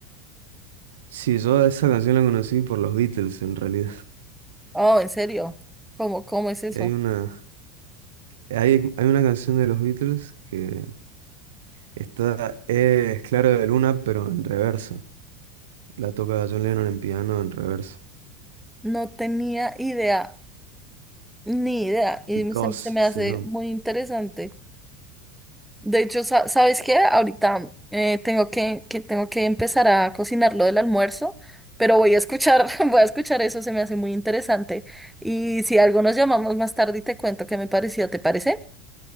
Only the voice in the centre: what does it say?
Oh, ¿en serio? ¿Cómo, cómo es eso?
No tenía idea, ni idea. Y
se se me
hace
muy interesante. De hecho, sa- ¿sabes qué? Ahorita eh, tengo que, que tengo que empezar a cocinar lo del almuerzo, pero voy a escuchar, <laughs> voy a escuchar eso, se me hace muy interesante. Y si algo nos llamamos más tarde y te cuento qué me pareció, ¿te parece?